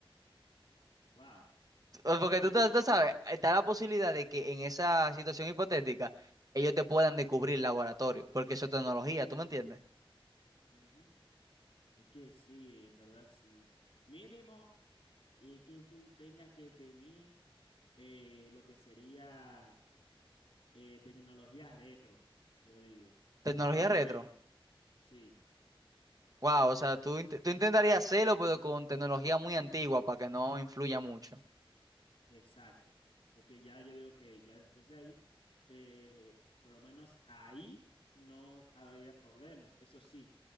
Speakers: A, on the left (about 85°); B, on the right (about 40°).
A: wow.
B: O-
A: Bueno,
B: Porque tú,
A: yo
B: te- tú
A: de...
B: sabes, está la posibilidad de que en esa situación hipotética ellos te puedan descubrir el laboratorio, porque eso es tecnología, ¿tú me entiendes?
A: Ujú. Es que sí, en verdad sí. Mínimo, y es que tú tengas que tener eh, lo que sería eh, tecnología retro, yo digo,
B: Tecnología
A: por lo menos,
B: retro.
A: sí.
B: Wow, o sea, tú, int- tú intentarías hacerlo, pero con tecnología muy antigua para que no influya mucho.
A: Exacto, porque ya yo digo que ya después de ahí, eh, por lo menos ahí no habría problemas. Eso sí,